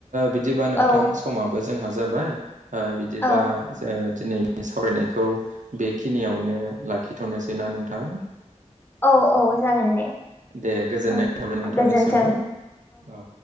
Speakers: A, on the right; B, on the left.
A: बिदिबा नोंथां
B: औ
A: समाबो जोंहा जाबाय ओ बिदिबा
B: औ
A: दिनै आंनि सावरायनायखौ बेखिनियावनो लाखिथ'नोसै ना नोंथां
B: औ औ जागोन दे
A: दे गोजोननाय
B: औ
A: थाबाय नोंथांनिसिमबो
B: गोजोन्थों
A: औ